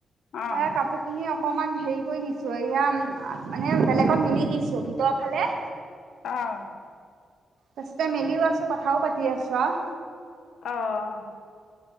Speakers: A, on the left (about 80°); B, on the right (about 80°).
A: অঁ
B: এ কাপোৰ খিনি অকমান হেৰি কৰি দিছো এয়া মানে বেলেগত মেলি দিছো ভিতৰৰ ফালে
A: অহ
B: তাৰছতে মেলিও আছো কথাও পাতি আছো আও।
A: অহ